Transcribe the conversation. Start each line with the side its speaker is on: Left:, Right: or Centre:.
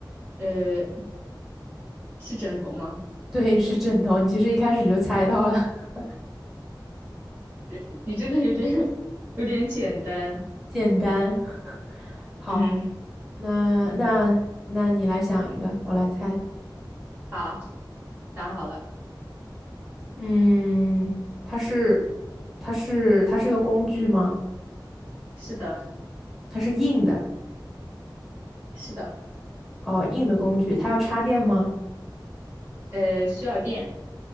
Right: 呃是枕头吗？
Centre: 对，是枕头。你其实一开始就猜到了，<laughs>
Right: <laughs> 你这个有点有点简单。
Centre: 简单。<laughs> 好，
Right: 嗯
Centre: 那那那你来想一个，
Right: 嗯，
Centre: 我来猜。
Right: 好，想好了。
Centre: 嗯，它是它是它是个工具吗？
Right: 是的，
Centre: 它是硬的
Right: 是的。
Centre: 哦，硬的工具。它要插电吗？
Right: 呃，需要电。